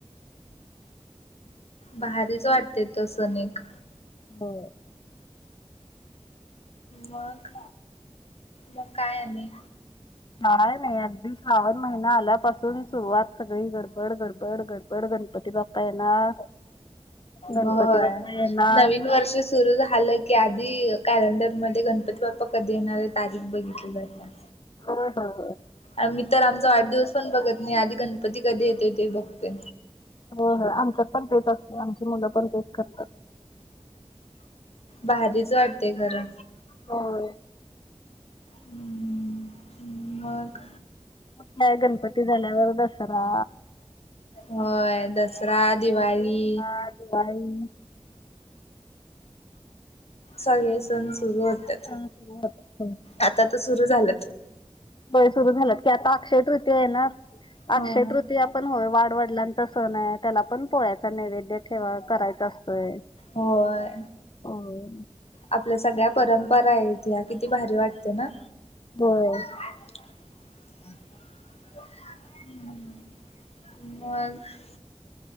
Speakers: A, on the left (about 65°); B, on the left (about 45°).
A: भारीच
B: आणखीन
A: वाटतोय तो सनिक
B: हो
A: मग मग काय आणि
B: हा हाय ना एक दिश श्रावण महिना आल्यापासून सुरुवात सगळी गडबड गडबड गडबड गणपती बाप्पा येणार गणपती
A: होय
B: बाप्पा येणार
A: नवीन वर्ष सुरू झाल की आधी कॅलेंडरमध्ये गणपती बाप्पा कधी येणारये तारीख बघितली जाते.
B: होय होय होय.
A: आम्ही त आमचा वाढदिवस पण बघत नाही आधी गणपती कधी येतोय ते बघतोय.
B: हो हो आमच्यात पण तेच असते आमची मुल पण तेच करतात.
A: भारीच वाटते खर
B: हो
A: हम्म मग
B: मग काय गणपती झाल्यावर दसरा
A: होय दसरा दिवाळी
B: हा दिवाळी
A: सगळे सण सुरू होत्यात
B: ह सुर होत
A: आता तर सुरू झाल
B: बय सूरु झाल की आता अक्षय तृतीया येनार
A: हो.
B: अक्षय तृतीया पण होय वाढ वढलांच सण आहे त्याला पण पोळ्याचा नैवेद्य ठेवा करायच असतोय.
A: होय
B: होय.
A: आपल्या सगळ्या परंपरा ये इथल्या किती भारी वाटते ना.
B: बर
A: ह <unintelligible> हम्म मग